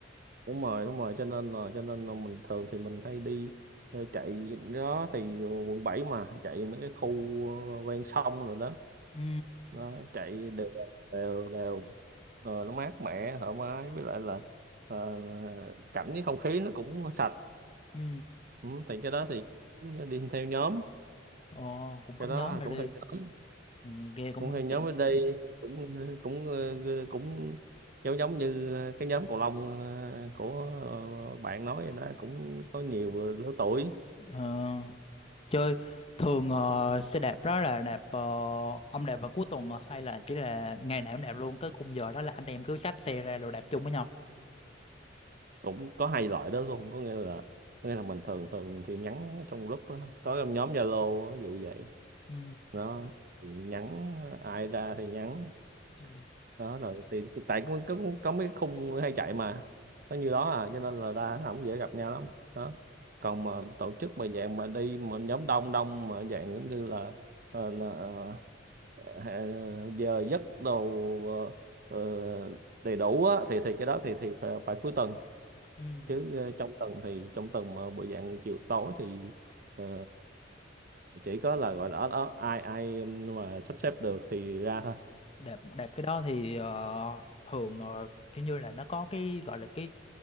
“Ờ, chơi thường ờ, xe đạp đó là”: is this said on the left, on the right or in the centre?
Left